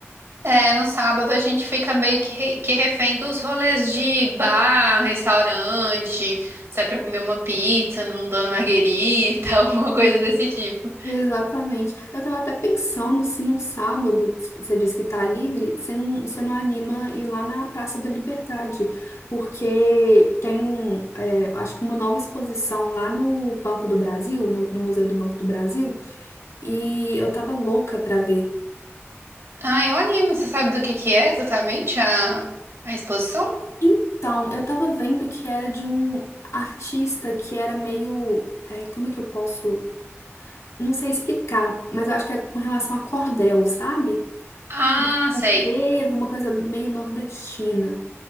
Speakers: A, on the right; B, on the left.
A: É, no sábado a gente fica meio que, re- que refém dos rolês de bar, restaurante, sai pra comer uma pizza num Dona Marguerita, <laughs> alguma coisa
B: Hum.
A: desse tipo.
B: Exatamente. Eu tava até pensando se no sábado, se você disse que tá livre, você não, você não anima ir lá na Praça da Liberdade, porque tem, é, acho que uma nova exposição lá no Banco do Brasil, no no Museu do Banco do Brasil. E eu tava louca pra ver.
A: Ah, eu animo. Você sabe do que que é exatamente a, a exposição?
B: Então, eu tava vendo que era de um artista que era meio. é, como é que eu posso. Não sei explicar, mas eu acho que é com relação a cordel, sabe?
A: Ah,
B: Um
A: sei.
B: frevo, uma coisa meio nordestina.